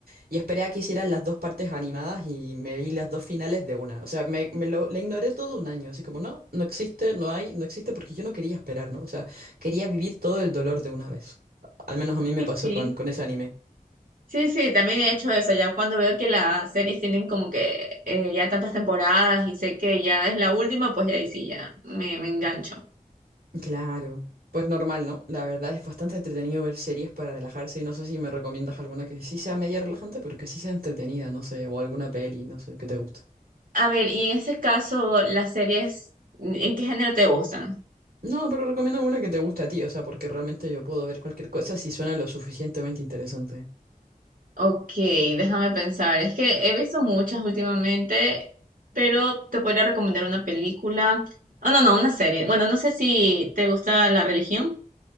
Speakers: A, on the right (about 85°); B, on the right (about 70°).
A: y esperé a que hicieran las dos partes animadas y me vi las dos finales de una. O sea, me, me lo la ignoré todo un año, así como no, no existe, no hay, no existe porque yo no quería esperar, ¿no? O sea, quería vivir todo el dolor de una vez. Al menos a mí me pasó
B: Sí,
A: con, con ese anime.
B: Sí, sí, sí, también he hecho eso, ya cuando veo que las series tienen como que eh, ya tantas temporadas y sé que ya es la última, pues ya ahí sí, ya me, me engancho.
A: Claro, pues normal, ¿no? La verdad es bastante entretenido ver series para relajarse y no sé si me recomiendas alguna que sí sea media relajante, pero que sí sea entretenida, no sé, o alguna peli, no sé, que te guste.
B: A ver, y en este caso, las series, ¿en qué género te gustan?
A: No, pero recomiendo una que te guste a ti, o sea, porque realmente yo puedo ver cualquier cosa si suena lo suficientemente interesante.
B: Ok, déjame pensar. Es que he visto muchas últimamente, pero te podría recomendar una película. Oh, no, no, una serie. Bueno, no sé si te gusta la religión.